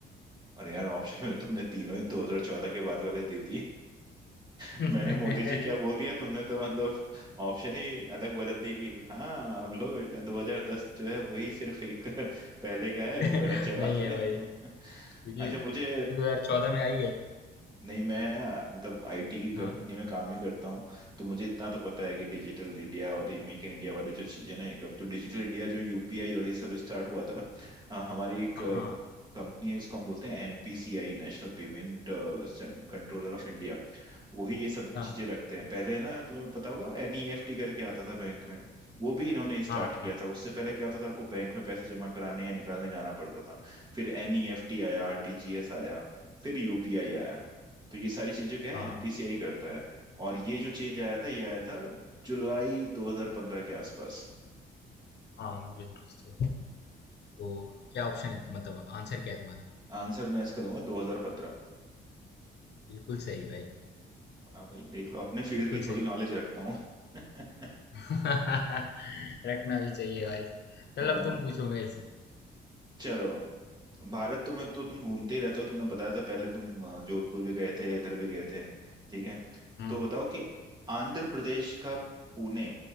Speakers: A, on the right; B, on the left.
A: और यार ऑप्शन में तुमने तीनों इन 2014 के बाद वाले दे दिए <laughs>
B: <laughs> नहीं
A: मैंने मोदी जी क्या बोल दिया तुमने तो मतलब ऑप्शन ही अलग बदल दिए कि हाँ अब लो बेटा 2010 जो है वही सिर्फ एक <laughs> पहले का है वो
B: है
A: गलत जवाब है
B: भाई
A: <laughs>
B: क्योंकि
A: अच्छा
B: 2014
A: मुझे
B: में आ ही गए थे
A: नहीं मैं ना मतलब आईटी की कंपनी
B: हाँ
A: में काम ही करता हूँ तो मुझे इतना तो पता है कि डिजिटल इंडिया और ये मेक इन इंडिया वाले जो चीजें ना एक अब तो डिजिटल इंडिया जो यूपीआई और ये सब स्टार्ट हुआ था ना अ, हमारी एक
B: हाँ
A: कंपनी है जिसको हम बोलते हैं NPCI national payment controller of India वही ये सब
B: हाँ
A: चीजें रखते हैं पहले ना तुम्हें पता होगा एनईएफटी करके आता था बैंक में वो भी इन्होंने स्टार्ट
B: हाँ
A: किया
B: हाँ
A: था उससे पहले क्या होता था आपको बैंक में पैसे जमा कराने या निकालने जाना पड़ता था फिर एनईएफटी आया आरटीजीएस आया फिर यूपीआई आया तो ये सारी चीजें क्या
B: हाँ
A: है एनपीसीआई करता है और ये जो चेंज आया था ये आया था जुलाई 2015 के आसपास
B: हाँ बिल्कुल सही तो क्या ऑप्शन है मतलब आंसर क्या है तुम्हारा
A: आंसर मैं इसका दूंगा 2015
B: बिल्कुल सही भाई
A: हाँ भाई देख लो अपने फील्ड
B: बिल्कुल
A: की थोड़ी
B: सही
A: नॉलेज रखता हूँ <laughs>
B: <laughs> रखना भी चाहिए भाई चल
A: अ,
B: अब तुम पूछो मेरे से
A: चलो भारत तो में तो तुम घूमते ही रहते हो तुमने बताया था पहले तुम अ, जोधपुर भी गए थे या इधर भी गए थे ठीक है
B: हम्म
A: तो बताओ कि आंध्र प्रदेश का पुणे